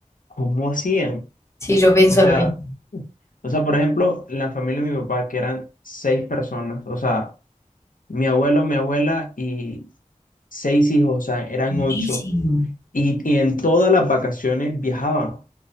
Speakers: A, on the left; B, on the left.
A: cómo hacían.
B: Sí, yo pienso
A: O sea,
B: lo mismo.
A: o sea, por ejemplo, la familia de mi papá, que eran seis personas, o sea, mi abuelo, mi abuela y seis hijos, o sea, eran
B: Muchísimo.
A: ocho, y, y en todas las vacaciones viajaban.